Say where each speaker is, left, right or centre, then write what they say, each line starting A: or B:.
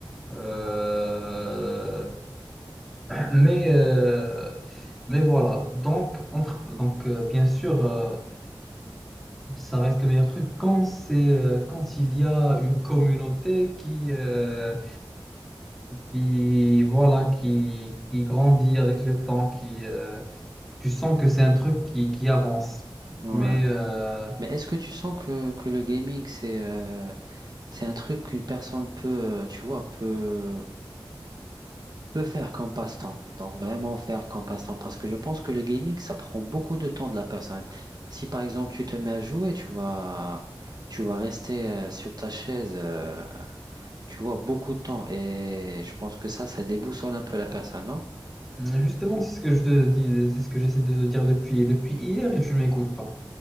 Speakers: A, in the centre; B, on the right (about 50°).
A: Euh, mais, euh, mais voilà, donc, entre, donc euh, bien sûr, euh, ça reste le meilleur truc quand c'est, euh, quand il y a une communauté qui... euh, qui voilà qui, qui grandit avec le temps qui euh, tu sens que c'est un truc qui, qui avance
B: ouais.
A: mais euh,
B: Mais est-ce que tu sens que, que le gaming, c'est euh, c'est un truc qu'une personne peut, euh, tu vois, peut, peut faire comme passe-temps. Donc vraiment faire comme passe-temps. Parce que je pense que le gaming, ça prend beaucoup de temps de la personne. Si par exemple tu te mets à jouer, tu vas, tu vas rester euh, sur ta chaise, euh, tu vois, beaucoup de temps. Et je pense que ça, ça déboussole un peu la personne, non?
A: justement c'est ce que je te dis c'est ce que j'essaie de te dire depuis depuis hier et tu ne m'écoutes pas